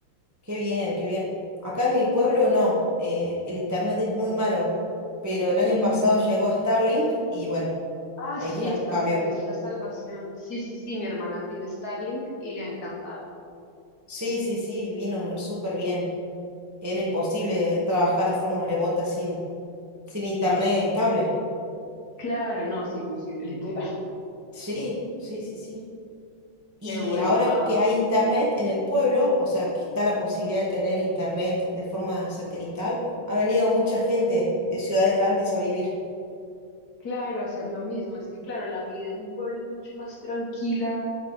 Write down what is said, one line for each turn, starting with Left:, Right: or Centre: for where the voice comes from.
Right: Qué bien, qué bien. Acá en mi pueblo no. eh, el internet es muy malo. Pero el año
Left: Mm,
Right: pasado llegó Starlink y bueno,
Left: Ah,
Right: ahí
Left: sí,
Right: ya nos
Left: Starlink
Right: cambió.
Left: es la salvación. Sí, sí, sí, mi hermana tiene Starlink y le ha encantado.
Right: Sí, sí, sí, vino súper bien. Era imposible trabajar de forma remota sin, sin internet estable.
Left: Claro, no, es imposible, <laughs> literal.
Right: Sí, sí, sí, sí.
Left: Qué
Right: Y
Left: bueno.
Right: ahora
Left: Ah,
Right: que hay internet en el pueblo, o sea, que está la posibilidad de tener internet de forma satelital, ha venido mucha gente de ciudades grandes a vivir.
Left: claro, hacer lo mismo. Es que, claro, la vida en un pueblo es mucho más tranquila